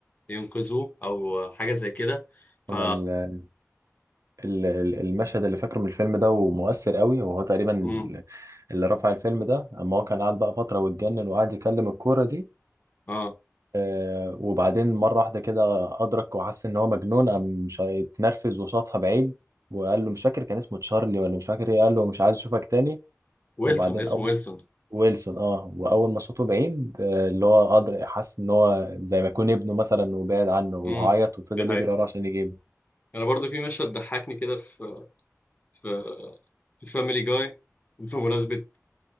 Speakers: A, on the left; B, on the right.
A: ينقذوه أو آه، حاجة زي كده ف
B: انا ال- ال- المشهد اللي فاكره من الفيلم ده ومؤثر قوي وهو تقريبا
A: مم.
B: اللي رفع الفيلم ده اما هو كان قاعد بقى فترة واتجنن وقعد يكلم الكورة دي
A: اه
B: آه، وبعدين مرة واحدة كده أدرك وحس إن هو مجنون قام شا- اتنرفز وشاطها بعيد وقال له مش فاكر كان اسمه تشارلي ولا مش فاكر إيه قال له مش عايز أشوفك تاني
A: ويلسون
B: وبعدين
A: اسمه
B: أول
A: ويلسون
B: ويلسون أه وأول ما شاطه بعيد آه، اللي هو أدرك حس إن هو زي ما يكون ابنه مثلا وبعد عنه وعيط
A: امم
B: وفضل
A: دي حقيقة
B: يجري وراه عشان يجيبه
A: أنا برضو في مشهد ضحكني كده في في في الفاميلي جاي <laughs> بمناسبة